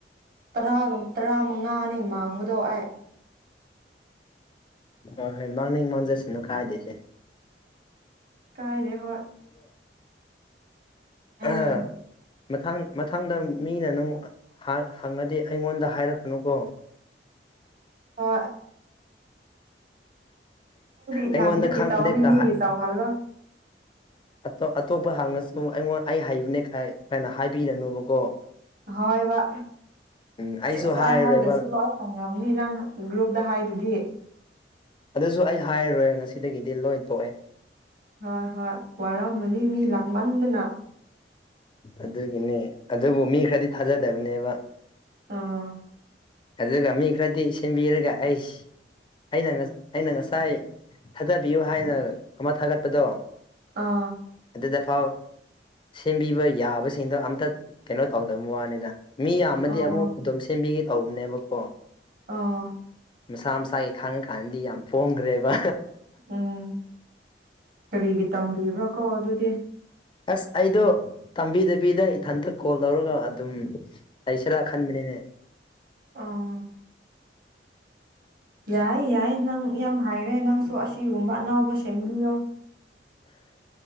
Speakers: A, on the right; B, on the left.
A: ꯇꯔ ꯇꯔꯥ ꯃꯉꯥꯅꯤ ꯃꯥꯡꯕꯗꯣ ꯑꯩꯥꯏ
B: ꯍꯣꯏ ꯍꯣꯏ ꯃꯥꯡꯅꯤꯡ ꯃꯥꯡꯖꯁꯅꯨ ꯀꯥꯏꯗꯣꯏꯁꯦ
A: ꯀꯥꯏꯔ ꯍꯣꯏ ꯎꯝ
B: ꯑꯥ ꯃꯊꯪ ꯃꯊꯪꯗ ꯃꯤꯅ ꯅꯪ ꯍꯪꯉꯗꯤ ꯑꯩꯉꯣꯟꯗ ꯍꯥꯏꯔꯛꯀꯅꯨꯀꯣ
A: ꯑꯣ ꯏꯊꯟꯗꯒꯤ
B: ꯑꯩꯉꯣꯟꯗ ꯈꯪꯕꯅꯦ
A: ꯇꯧꯅꯤ
B: ꯀꯥ
A: ꯃꯤꯒꯤ
B: ꯍꯥꯏ
A: ꯇꯧꯍꯜꯂꯣꯏ
B: <unintelligible> ꯑꯇꯣꯞꯄ ꯍꯥꯡꯉꯁꯨ ꯑꯩꯉꯣꯟ ꯑꯩ ꯍꯩꯕꯅꯦ ꯀꯅ ꯍꯥꯏꯕꯤꯔꯅꯨꯕꯀꯣ
A: ꯍꯣꯏꯕ
B: ꯎꯝ ꯑꯩꯁꯨ
A: ꯁ ꯑꯁ
B: ꯍꯥꯏꯔꯣꯏꯕ
A: ꯑꯩ ꯍꯥꯏꯗꯁꯨ ꯂꯣꯏ ꯐꯪꯉꯕꯅꯤ ꯅꯪ ꯒ꯭ꯔꯨꯞꯇ ꯍꯥꯏꯗꯨꯗꯤ
B: ꯑꯗꯨꯁꯨ ꯑꯩ ꯍꯥꯏꯔꯔꯣꯏ ꯉꯁꯤꯗꯒꯤꯗꯤ ꯂꯣꯏ ꯇꯣꯛꯑꯦ
A: ꯍꯣꯏ ꯍꯣꯏ ꯋꯥꯔꯝꯃꯅꯤ ꯃꯤ ꯂꯥꯛꯃꯟꯗꯅ
B: ꯑꯗꯨꯒꯤꯅꯦ ꯑꯗꯨꯕꯨ ꯃꯤ ꯈꯔꯗꯤ ꯊꯥꯖꯗꯕꯅꯦꯕ
A: ꯑꯥ
B: ꯑꯗꯨꯒ ꯃꯤ ꯈꯔꯗꯤ ꯁꯦꯝꯕꯤꯔꯒ ꯑꯩꯁ ꯑꯩꯅ ꯑꯩꯅ ꯉꯁꯥꯏ ꯊꯥꯗꯕꯤꯌꯨ ꯍꯥꯏꯅ ꯑꯃ ꯊꯥꯒꯠꯄꯗꯣ
A: ꯑꯥ
B: ꯑꯗꯨꯗꯐꯥꯎ ꯁꯦꯝꯕꯤꯕ ꯌꯥꯕꯁꯤꯡꯗꯣ ꯑꯝꯇ ꯀꯩꯅꯣ ꯇꯧꯗꯕ ꯋꯥꯅꯤꯗ ꯃꯤ ꯌꯥꯝꯃꯗꯤ
A: ꯑꯥ
B: ꯑꯃꯨꯛ ꯑꯗꯨꯝ ꯁꯦꯝꯕꯤꯒꯦ ꯇꯧꯕꯅꯦꯕꯀꯣ
A: ꯑ
B: ꯃꯁꯥ ꯃꯁꯥꯒꯤ ꯈꯥꯡꯉꯀꯥꯟꯗꯤ ꯌꯥꯝ ꯄ‌ꯣꯡꯈ꯭ꯔꯦꯕ
A: ꯎꯝ ꯀꯔꯤꯒꯤ ꯇꯝꯕꯤꯕ꯭ꯔꯥ ꯀꯣ ꯑꯗꯨꯗꯤ
B: ꯑꯁ ꯑꯩꯗꯣ ꯇꯝꯕꯤꯗꯕꯤꯗ ꯏꯊꯟꯇ ꯀꯣꯜ ꯇꯧꯔꯒ ꯑꯗꯨꯝ ꯂꯩꯁꯤꯔꯥ ꯈꯟꯕꯅꯤꯅꯦ
A: ꯑꯥ ꯌꯥꯏ ꯌꯥꯏ ꯅꯪ ꯌꯥꯝ ꯍꯥꯏꯔꯦ ꯅꯪꯁꯨ ꯑꯁꯤꯒꯨꯝꯕ ꯑꯅꯥꯎꯕ ꯁꯦꯝꯕꯤꯌꯣ